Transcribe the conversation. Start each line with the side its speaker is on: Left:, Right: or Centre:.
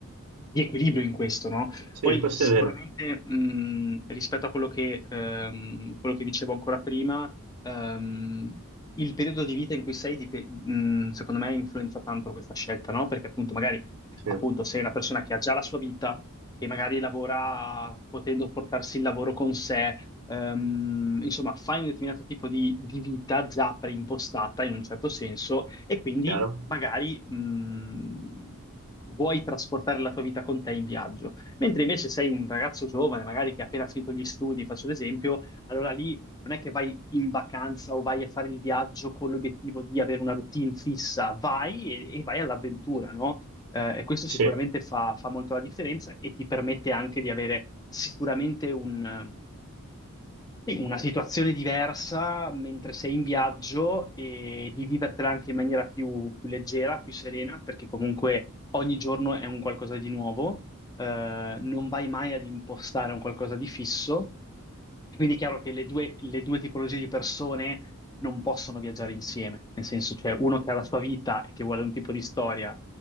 Left: di equilibrio in questo, no?
Right: sì,
Left: Poi
Right: questo
Left: sicuramente
Right: è vero.
Left: mh, rispetto a quello che, ehm, quello che dicevo ancora prima, ehm, il periodo di vita in cui sei, dip- mh, secondo me, influenza tanto questa scelta, no? Perché appunto magari
Right: Sì,
Left: appunto, sei una persona che ha già la sua vita e magari lavora potendo portarsi il lavoro con sé, ehm, insomma, fai un determinato tipo di, di vita già preimpostata in un certo senso e quindi
Right: chiaro?
Left: magari mh, vuoi trasportare la tua vita con te in viaggio. Mentre invece sei un ragazzo giovane, magari che ha appena finito gli studi, faccio l'esempio, allora lì non è che vai in vacanza o vai a fare il viaggio con l'obiettivo di avere una routine fissa, vai e, e vai all'avventura, no? Eh, e questo sicuramente
Right: Sì,
Left: fa, fa molto la differenza e ti permette anche di avere sicuramente un, sì, una situazione diversa mentre sei in viaggio e di vivertela anche in maniera più, più leggera, più serena, perché comunque ogni giorno è un qualcosa di nuovo, eh, non vai mai ad impostare un qualcosa di fisso, E quindi è chiaro che le due, le due tipologie di persone non possono viaggiare insieme, nel senso, cioè uno che ha la sua vita e che vuole un tipo di storia